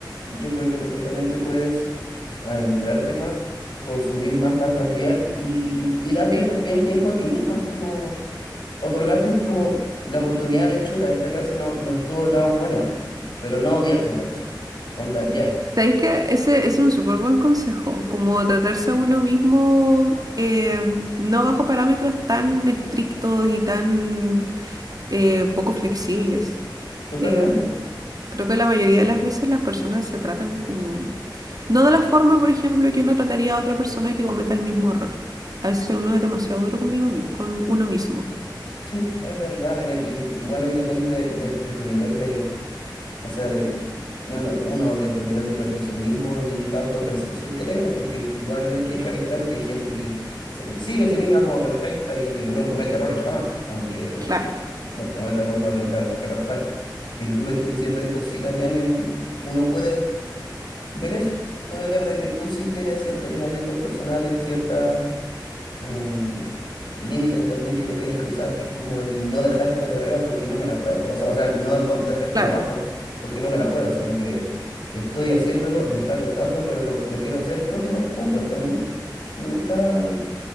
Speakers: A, on the left; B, on the right.
A: yo creo que perfectamente puedes adentrarte más, consumir más, más material y, y- y darte
B: Sí,
A: también tiempo a ti misma, como otorgarte como la oportunidad de chuta, esta clase no, no estuvo tan buena, pero no odiarte por eso. Onda, ya,
B: ¿Sabéis que ese ese es un súper buen consejo? Como tratarse a uno mismo eh, no bajo parámetros tan estrictos y tan eh, poco flexibles.
A: totalmente.
B: Eh, creo que la mayoría de las veces las personas se tratan como... No de la forma, por ejemplo, que uno trataría a otra persona que cometa el mismo error. A veces uno es demasiado duro conmigo, mi- con uno mismo.
A: Sí, es verdad. en e- y igual ahí depende de, de tu nivel de, o sea, de, bueno, uno, de tu nivel de perfeccionismo y la autopercepción que tengas, porque igual hay que dejar en claro que hay gente que se percibe a sí misma como perfecta y que no comete errores jamás, aunque
B: Claro,
A: los cometa de forma gar- gar- garrafal. Y que tú me estés diciendo esto, sí, también en- uno puede ver eso, puede ver de que tú sí tienes ciertos lineamientos personales, ciertas em, límites también que no quieres cruzar, que es como el no dejar esta carrera porque no me la puedo. O sea, o sea, no, no, no dejar este
B: claro.
A: trabajo porque no me la puedo, sino que estoy haciéndolo, me está costando, pero lo, lo quiero hacer. Creo que va, pum, por el camino. Me gusta,